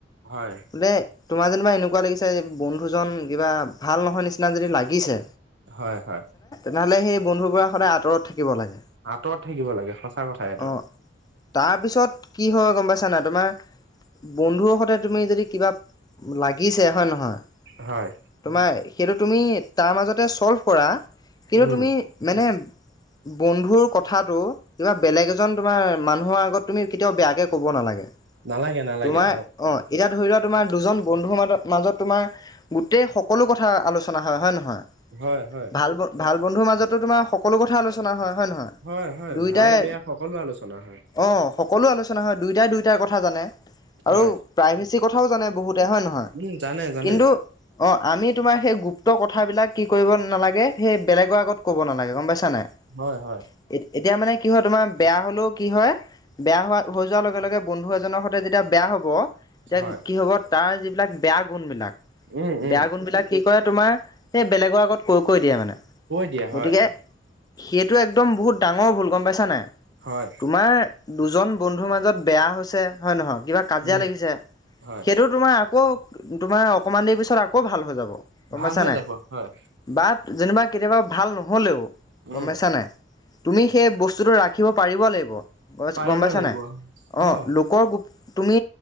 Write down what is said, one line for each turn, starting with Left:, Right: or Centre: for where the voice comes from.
Right: হয়
Left: বোলে তোমাৰ যেনিবা এনেকুৱা লাগিছে বন্ধুজন। কিবা ভাল নহয় নিচিনা যদি লাগিছে।
Right: হয় হয়।
Left: নহ'লে সেই বন্ধুৰ পৰা সদায় আঁতৰত থাকে। থাকিব লাগে
Right: আঁতৰত থাকিব লাগে সঁচা কথা এইটো
Left: অ তাৰপিছত কি হ'ল। গম পাইছা না তোমাৰ বন্ধুৰ সতে তুমি যদি কিবা লাগিছে হয় নহয়।
Right: হয়।
Left: তোমাৰ সেইটো তুমি তাৰ মাজতে চল্ভ কৰা কিন্তু
Right: উম
Left: তুমি মানে। বন্ধুৰ কথাটো কিবা বেলেগ এজন তোমাৰ মানুহৰ আগত তুমি কেতিয়াও বেয়াকে ক'ব নালাগে।
Right: নালাগে নালাগে
Left: তোমাৰ অ এতিয়া ধৰি লোৱা তোমাৰ দুজন বন্ধু মাজ মাজত তোমাৰ গোটেই সকলো কথা আলোচনা হয় হয়ে নহয়।
Right: হয় হয়।
Left: ভাল ভাল বন্ধুৰ মাজতো তোমাৰ সকলো কথা আলোচনা হয়। হয় নহয়
Right: হয় হয়
Left: দুয়োটাই
Right: ভালে বেয়া সকলো আলোচনা হয়
Left: অঁ। সকলো আলোচনা হয় দুয়োটাই দুয়োটাৰ কথা জানে। আৰু
Right: হয়।
Left: প্ৰাইভেচি কথাও জানে বহুতে হয় নহয়
Right: উম জানে জানে।
Left: কিন্তু অ আমি তোমাৰ সেই গুপ্ত কথাবিলাক কি কৰিব নালাগে সেই বেলেগৰ আগত ক'ব নালাগে গম পাইছ। পাইছা নাই
Right: হয় হয়
Left: এতিয়া মানে। কি হয় তোমাৰ বেয়া হলেও কি হয় বেয়া হোৱা হৈ যোৱাৰ লগে লগে বন্ধু এজনৰ সৈতে যেতিয়া বেয়া হ'ব। এতিয়া
Right: হয়
Left: কি হ'ব তাৰ যিবিলাক বেয়া গুণ বিলাক
Right: উম উম
Left: বেয়া গুণ বিলাক কি হয় তোমাৰ এই বেলেগৰ আগত কৈ কৈ দিয়ে মানে।
Right: কৈ দিয়া
Left: গতিকে
Right: হয় হয়।
Left: সেইটো একদম বহুত ডাঙৰ ভুল গম পাইছা নাই
Right: হয়
Left: তোমাৰ দুজন বন্ধুৰ মাজত বেয়া হৈছে হয় নহয়। কিবা কাজিয়া
Right: উম।
Left: লাগিছে
Right: হয়
Left: সেইটো তোমাৰ আকৌ তোমাৰ অকমান দেৰি পিছত আকৌ ভাল হৈ যাব। গম
Right: ভাল
Left: পাইছা
Right: হৈ
Left: নাই
Right: যাব হয়
Left: বাট যেনিবা কেতিয়াবা ভাল নহ'লেও
Right: উম
Left: গম পাইছা নাই। তুমি সেই বস্তুটো ৰাখিব পাৰিব লাগিব। গ
Right: পাৰিব
Left: গম পাইছা
Right: লাগিব
Left: নাই অঁ
Right: অ।
Left: লোকৰ গো তুমি